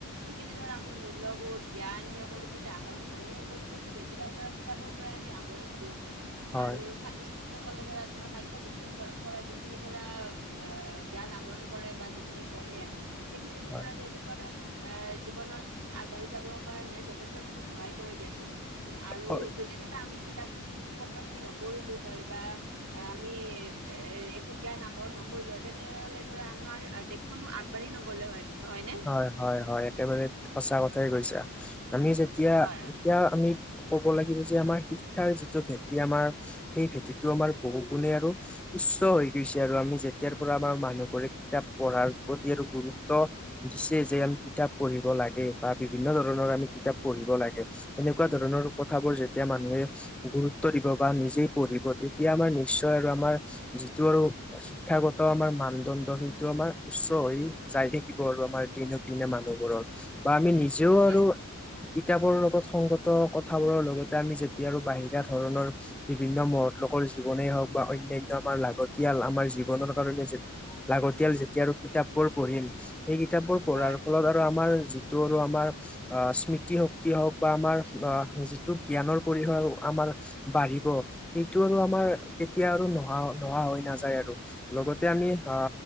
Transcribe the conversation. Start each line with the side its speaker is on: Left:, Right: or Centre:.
Right: যিখিনি ধৰা আমি মূল্যবোধ জ্ঞান সকলোবোৰ যে আহৰণ কৰো, সেই সকলোবোৰতো বেছিভাগ ধৰা কিতাপৰ পৰা আহৰণ কৰো।
Centre: হয়,
Right: আৰু ছাত্ৰ-ছা ত্ৰী সকলে ধৰা তোমাৰ পাঠ্যপুথিৰ পৰা যিখিনি ধৰা অ জ্ঞান আহৰণ কৰে বা যি সেইখিনি পঢ়ে সেইখিনিতো
Centre: হয়,
Right: ধৰা তেওঁলোকৰ এ জীৱনত আগবাঢ়ি যাবৰ কাৰণে যথেষ্টখিনি সহায় কৰে দিয়াচোন। আৰু
Centre: হয়,
Right: যদি ধৰা আমি কিতাপ পত্ৰখিনি নপঢ়িলো হয় বা আমি এ একো জ্ঞান আহৰণ নকৰিলো হয়, তেনেহ'লে ধৰা আমাৰ কোনো আগবাঢ়ি নগ'লে হয় নহয় নে?
Centre: হয় হয় হয় একেবাৰে সঁচা কথাই কৈছা, আমি যেতিয়া
Right: হয়।
Centre: এতিয়া আমি ক'ব লাগিব যে আমাৰ শিক্ষাৰ যিটো ভেদ এতিয়া আমাৰ সেই ভেটিটো আমাৰ বহু গুণে আৰু উচ্চ হৈ গিছে আৰু আমি যেতিয়াৰ পৰা আমাৰ মানুহবোৰে কিতাপ পঢ়াৰ প্ৰতি আৰু গুৰুত্ব চে যে আমি কিতাপ পঢ়িব লাগে বা বিভিন্ন ধৰণৰ আমি কিতাপ পঢ়িব লাগে সেনেকুৱা ধৰণৰ কথাবোৰ যেতিয়া মানুহে গুৰুত্ব দিব বা নিজেই পঢ়িব তেতিয়া আমাৰ নিশ্চয় আৰু আমাৰ যিটো আৰু শিক্ষাগত আমাৰ মানদণ্ড সেইটো আমাৰ উচ্চ হৈ যায় দেখি ব আৰু আমাৰ দিনক দিনে মানুহবোৰক বা আমি নিজেও
Right: ঠিকে
Centre: আৰু কিতাপৰ লগত সংগত কথাবোৰৰ লগতে আমি যেতিয়া আৰু বাহিৰা ধৰণৰ বিভিন্ন মহৎ লোকৰ জীৱনেই হওঁক বা অন্যয়ান্য আমাৰ লাগতিয়াল আমাৰ জীৱনৰ কাৰণে লাগতিয়াল যেতিয়া আৰু কিতাপ বোৰ পঢ়িম সেই কিতাপবোৰ পঢ়াৰ
Right: হয়
Centre: ফলত আৰু আমাৰ যিটো আৰু আমাৰ আহ স্মৃতিশক্তি হওক বা আমাৰ আহ যিটো জ্ঞানৰ পৰিসৰ আমাৰ বাঢ়িব সেইটো আৰু আমাৰ তেতিয়া আৰু নোহোৱা নোহোৱা হৈ নাযায় আৰু লগতে আমি অ